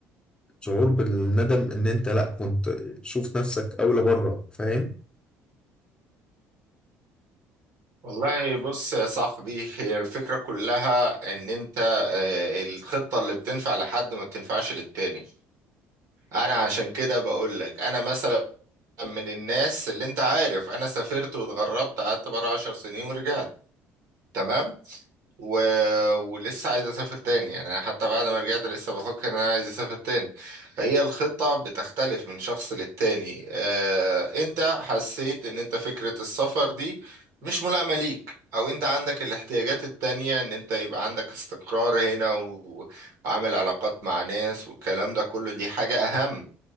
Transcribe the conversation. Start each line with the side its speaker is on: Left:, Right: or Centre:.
Left: بالشعور بالندم ان انت لا كنت شوف نفسك اولى بره فاهم
Right: والله بص يا صاحبي هي الفكره كلها ان انت آه، الخطه اللي بتنفع لحد ما بتنفعش للتاني انا عشان كده بقول لك انا مثلا من الناس اللي انت عارف انا سافرت واتغربت قعدت بره عشر سنين ورجعت تمام و... ولسه عايز اسافر تاني يعني انا حتى بعد ما رجعت لسه بفكر ان انا عايز اسافر تاني فهي الخطة بتختلف من شخص للتاني آه... انت حسيت ان انت فكرة السفر دي مش ملائمة ليك او انت عندك الاحتياجات التانية ان انت يبقى عندك استقرار هنا و... وعامل علاقات مع ناس والكلام ده كله دي حاجة اهم